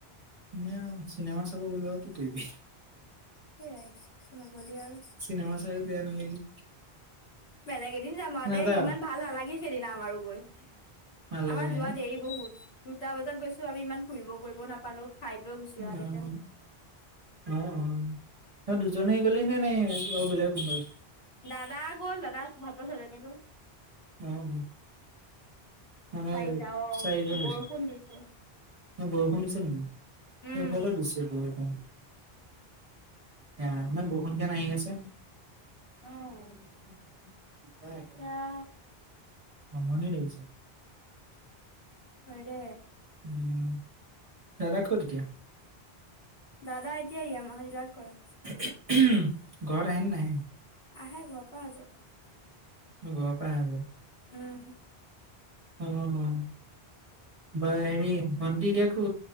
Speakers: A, on the right; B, on the left.
A: ম চিনেমা চাব গলো আও কি কৰিবি
B: সেয়াই তোকতো নগ'লি আৰু।
A: চিনেমা চাইও বেয়া নালাগিল
B: বেলেগ এদিন যাম আৰু
A: নাযাওঁ
B: দেই ইমান ভাল নালাগিল সেইদিনাাম আৰু গৈ।
A: ভাল লগা
B: আমাৰ
A: নাই
B: যোৱা
A: ন
B: দেৰি বহুত দুটা বজাত গৈছো আমি ইমান ফুৰিব কৰিব নাপালো খাই বৈ গুচি
A: উম,
B: অহাগতে হ'ল
A: উম,। তই দুজনে গ'লি নে নে আউ বেলেগো কোনোবা গছিলে
B: দাদা গ'ল দাদা ভালপোৱা ছোৱালীজনী গ'ল
A: অ অ মানে
B: চাৰিটা অ
A: চাৰিজন
B: বৰষুণ
A: গৈছেলে
B: দিছে
A: অ বৰষুণ দিছ ছে নিকি
B: উম
A: এইফালে দিছে বৰষুণ এ ইমান বৰষুণ যে আহি আছে
B: হয় নেকি। এতিয়া
A: দিগদাৰ একেবাৰে আমনি লাগিছে
B: হয়় দে
A: উম দাদা কত এতিয়া
B: দাদা এতিয়া ইয়ামাহা ডিলাৰত কৰে
A: ঘৰত আহে নে নাহে
B: আহে ঘৰ পা অহা যোৱা কৰে
A: সি ঘৰৰ পা অহে গৈ
B: উম
A: অঁ বা হেৰি ভন্টি এতিয়া কো